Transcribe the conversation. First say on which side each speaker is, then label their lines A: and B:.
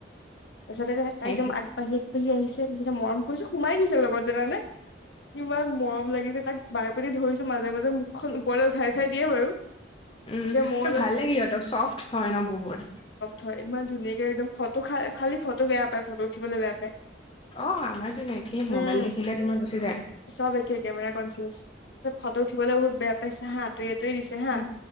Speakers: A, on the left; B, on the left.
A: তাৰপিছতে, তাই
B: সেইটো
A: একদম আবাঢ়ি, আগবাঢ়ি আহিছে। তাৰপিছতে, মৰম কৰিছোঁ, সোমাই দিছে, লগত জানানে! কিমান মৰম লাগিছে তাক! বাৰে প্ৰতি ধৰিছোঁ, মাজে-মাজে মুখখন ওপৰলৈ উঠাই-উঠাই দিয়ে, বাৰু।
B: উম!
A: তেতিয়া মই
B: আৰু
A: অলপ
B: ভাল
A: চব
B: লাগে, সিহঁতক! চফ্ট হয় ন' বহুত।
A: থয়, ইমান ধুনীয়াকে একদম! ফটো খাল-খালি ফটো বেয়া পায়, ফটো উঠিবলৈ বেয়া পায়।
B: অ'! আমাৰ জনো একেই,
A: উম
B: মোবাইল দেখিলে তোমাৰ, গুচি যায়।
A: চব একে, কেমেৰা কনচিয়াচ। চব ফটো উঠিবলৈ বহুত বেয়া পাইছে হা! ত' এইটোৱে দিছে হা।
B: উম